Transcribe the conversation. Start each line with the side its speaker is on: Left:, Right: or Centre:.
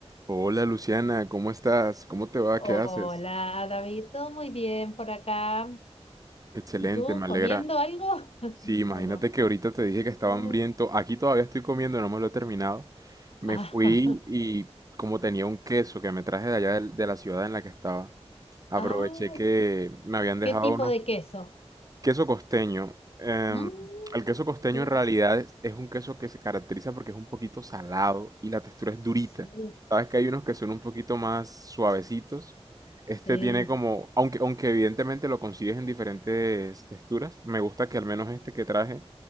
Right: Hola Luciana, ¿cómo estás? ¿Cómo te va?
Left: Hola,
Right: ¿Qué haces?
Left: David, todo muy bien por acá.
Right: Excelente,
Left: ¿Y tú
Right: me alegra.
Left: comiendo algo? <laughs>
Right: Sí, imagínate
Left: ¿O no?
Right: que ahorita te dije que estaba
Left: Uh,
Right: hambriento. Aquí todavía estoy comiendo, no me lo he terminado. Me
Left: ah,
Right: fui
Left: <laughs>
Right: y como tenía un queso que me traje de allá del- de, la ciudad en la que estaba, aproveché
Left: ay,
Right: que me habían dejado
Left: ¿qué tipo
Right: unos
Left: de queso?
Right: Queso costeño. em,
Left: Mm,
Right: el queso costeño
Left: qué
Right: en
Left: rico.
Right: realidad es, es un queso que se caracteriza porque es un poquito salado y la textura es durita.
Left: Sí,
Right: Sabes que hay unos que son un poquito más suavecitos. Este
Left: sí.
Right: tiene como, aunque, aunque evidentemente lo consigues en diferentes texturas, me gusta que al menos este que traje